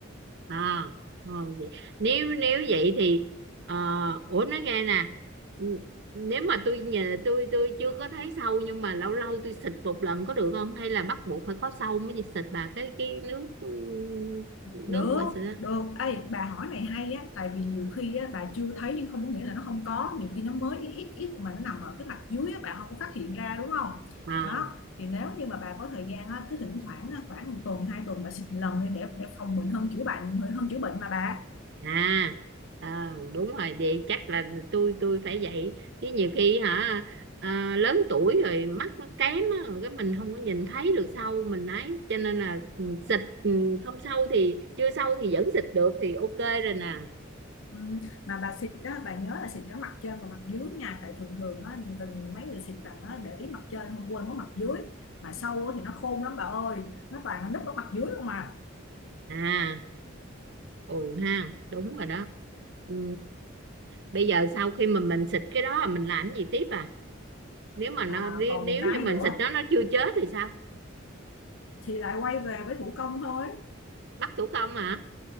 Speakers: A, on the right; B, on the left.
A: à thôi vậy nếu nếu vậy thì ờ, ủa nói nghe nè n- nếu mà tôi nhờ tôi tôi chưa có thấy sâu nhưng mà lâu lâu tôi xịt một lần có được không hay là bắt buộc phải có sâu mới xịt bà cái cái nước ừ, nước
B: Được,
A: mà xịt á?
B: được. Ê, bà hỏi này hay á, tại vì nhiều khi á, bà chưa thấy nhưng không có nghĩa là nó không có, nhiều khi nó mới ít ít ít mà nó nằm ở cái mặt dưới á, bà không có phát hiện ra đúng không?
A: à
B: Đó, thì nếu như mà bà có thời gian á, cứ thỉnh thoảng á, khoảng một tuần, hai tuần bà xịt lần đi để để phòng bệnh hơn chữa bệnh hơn chữa bệnh mà bà.
A: à ờ, đúng rồi vậy chắc là tôi tôi phải vậy chứ nhiều khi hả à, lớn tuổi rồi mắt nó kém á, cái mình không có nhìn thấy được sâu mình ấy cho nên là ừ, xịt ừ, không sâu thì chưa sâu thì vẫn xịt được thì ok rồi nè
B: Ừ, mà bà xịt á, bà nhớ là xịt cả mặt trên và mặt dưới nha, tại thường thường á, từng mấy người xịt là nó để ý mặt trên không quên mất mặt dưới, mà sâu á thì nó khôn lắm bà ơi, nó toàn nó núp ở mặt dưới không mà
A: à ừ ha đúng rồi đó ừ, bây giờ sau khi mà mình xịt cái đó mình làm cái gì tiếp à nếu mà nó
B: À,
A: nếu
B: còn
A: nếu
B: một cái
A: như mình
B: nữa
A: xịt nó nó chưa chết thì sao
B: thì lại quay về với thủ công thôi
A: bắt tủ công hả